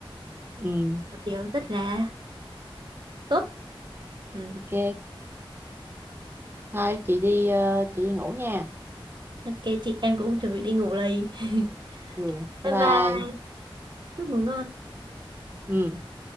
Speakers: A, on the right (about 25°); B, on the right (about 55°).
A: ừ
B: một điều rất là tốt ừ.
A: ok thôi chị đi ờ, chị đi ngủ nha
B: ok chị em cũng chuẩn bị đi ngủ đây <laughs>
A: ừ bye
B: bye
A: bye
B: bye chúc ngủ ngon
A: ừ